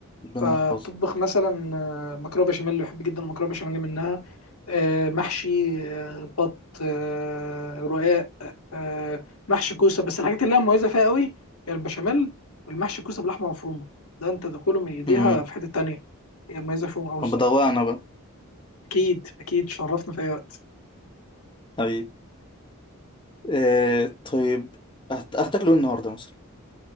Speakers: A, on the left; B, on the left.
A: ربنا
B: فبتطبخ
A: يحفظها
B: مثلا آه، مكرونه بشاميل بحب جدا المكرونه بشاميل منها آه، محشي آه، بط آه، رقاق آه، محشي كوسه بس الحاجات اللي هي مميزه فيها قوي هي البشاميل والمحشي كوسه بلحمه مفرومه ده انت دخوله من ايديها
A: امم
B: في حته تانية هي مميزه فيهم قوي الصراحه
A: طب بدوقنا انا بقى
B: اكيد اكيد شرفنا في اي وقت
A: حبيبي إيه طيب هت- هتاكله إيه النهارده مثلا